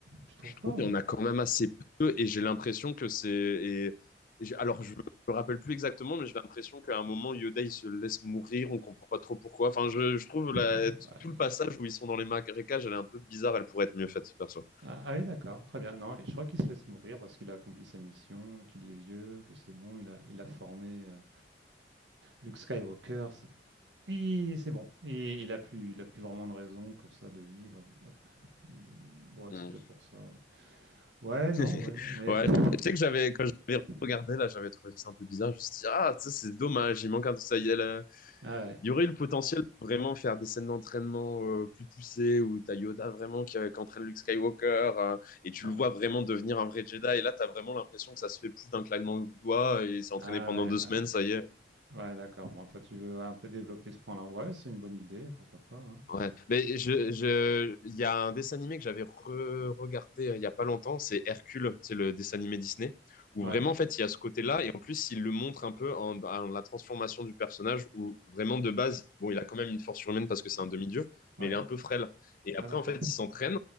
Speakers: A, on the right; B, on the left.
A: Tu trouves
B: je trouve.
A: pas? moi
B: Il y en a quand même assez peu, et j'ai l'impression que c'est. et- et j'ai- alors, je me rappelle plus exactement, mais j'ai l'impression qu'à un moment, Yoda, il se laisse mourir, on comprend pas trop pourquoi. Enfin, je, je trouve la-
A: Ouais,
B: t-
A: bah,
B: tout le
A: il-
B: passage où ils sont dans les marécages, elle est un peu bizarre, elle pourrait être mieux faite, perso.
A: ah, ah oui, d'accord, très bien. Non, et je crois qu'il se laisse mourir parce qu'il a accompli sa mission, qu'il est vieux, que c'est bon, il a, il a formé euh, Luke Skywalker. Et c'est bon. Et il a plus, il a plus vraiment de raison comme ça de vivre. Et puis hop, il est... Ouais,
B: Hmm.
A: c'est peut-être pour ça. Ouais, Ouais,
B: <laughs>
A: non, ouais, mais.
B: Ouais,
A: <laughs>
B: je sais que j'avais, quand j'avais
A: Ouais.
B: regardé, là, j'avais trouvé ça un peu bizarre. Je me suis dit, ah, ça, c'est dommage, il manque un, ça y est, là,
A: Ah ouais,
B: Il y aurait eu le potentiel de vraiment faire des scènes d'entraînement euh, plus poussées où t'as Yoda vraiment qui, euh, qui entraîne Luke Skywalker euh, et tu
A: ouais.
B: le vois vraiment devenir un vrai Jedi. Et là, t'as vraiment l'impression que ça se fait plus d'un claquement de doigts et il s'est entraîné
A: Ah
B: pendant
A: ouais,
B: deux semaines,
A: ouais.
B: ça y est.
A: Ouais, d'accord. Bon, toi, tu veux un peu développer ce point-là. Ouais, c'est une bonne idée, pourquoi pas. hein.
B: Ouais, mais je,
A: Mm.
B: je, il y a un dessin animé que j'avais re-regardé euh, il y a pas longtemps, c'est Hercule, c'est le dessin animé Disney, où
A: Ouais,
B: vraiment, en fait, il y a ce côté-là, et en plus, il le montre un peu en, en la transformation du personnage, où vraiment, de base, bon, il a quand même une force surhumaine parce que c'est un demi-dieu,
A: ouais.
B: mais il est un peu frêle. Et après,
A: Ah d'accord.
B: en fait, il s'entraîne,